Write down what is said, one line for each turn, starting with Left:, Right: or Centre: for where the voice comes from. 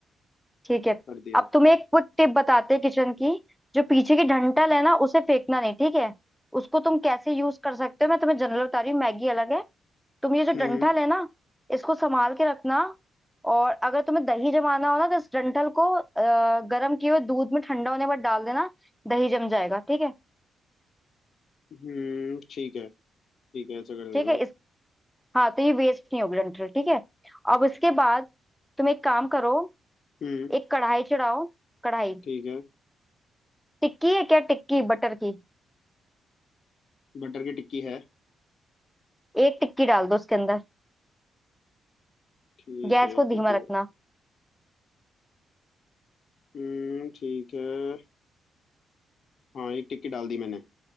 Centre: ठीक है
Left: कर दिया
Centre: अब तुम्हें एक क्विक टिप बताते हैं किचन की जो पीछे की डंठल है ना उसे फेंकना नहीं ठीक है उसको तुम कैसे यूज कर सकते हो मैं तुम्हें जनरल बता रही हूँ मैगी अलग है तुम ये जो
Left: हम्म
Centre: डंठल है ना इसको संभाल के रखना और अगर तुम्हें दही जमाना हो ना तो इस डंठल को अ, गर्म किए हुए दूध में ठंडा होने पर डाल देना दही जम जाएगा ठीक है
Left: हम्म ठीक है ठीक है ऐसा कर
Centre: ठीक
Left: देता
Centre: है
Left: हूँ
Centre: इस हाँ तो ये वेस्ट नहीं होगी डंठल ठीक है अब इसके बाद तुम एक काम करो
Left: हम्म
Centre: एक कढ़ाई चढ़ाओ कढ़ाई
Left: ठीक है
Centre: टिक्की है क्या टिक्की बटर की
Left: बटर की टिक्की है
Centre: एक टिक्की डाल दो उसके अंदर
Left: ठीक
Centre: गैस
Left: है
Centre: को
Left: एक टिक्की
Centre: धीमा रखना
Left: हम्म ठीक है हाँ एक टिक्की डाल दी मैंने